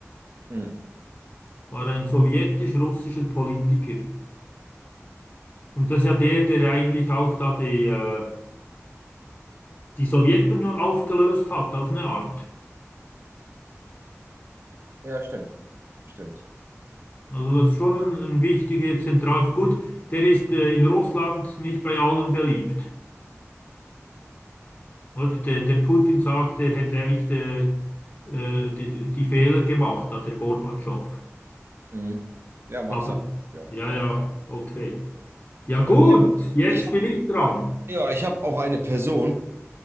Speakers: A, on the right; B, on the left.
A: Hm.
B: War ein sowjetisch-russischer Politiker. Und das ist ja der, der eigentlich auch da die, äh, die Sowjetunion aufgelöst hat, auf eine Art.
A: Ja, stimmt. Stimmt.
B: Also das ist schon ein, ein wichtiger Zentralfigur. Gut, der ist äh, in Russland nicht bei allen beliebt. Oder der, der Putin sagt, er hätte eigentlich de, äh, die, die Fehler gemacht, hat der Gorbatschow.
A: Mhm. Ja, mag
B: Aber
A: sein. Ja,
B: ja,
A: vielleicht.
B: ja, okay. Ja
A: Oh,
B: gut, jetzt
A: Ich hab,
B: bin ich dran.
A: ja, ich habe auch eine Person.